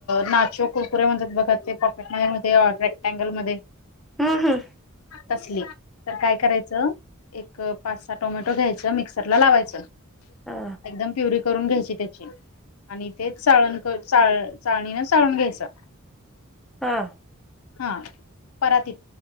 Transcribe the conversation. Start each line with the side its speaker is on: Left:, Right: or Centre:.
Left: नाचो कुरकुरे म्हणतात बघा ते पॉकेट मध्ये रेक्टँगलमध्ये
Centre: हा हा.
Left: तसली तर काय करायचं एक पाच सहा टोमॅटो घ्यायचं मिक्सरला लावायचं.
Centre: हा
Left: एकदम प्युरी करून घ्यायची त्याची आणि तेच चाळण-चाळ- चाळणीन चाळून घ्यायचा.
Centre: हा.
Left: हा परातीत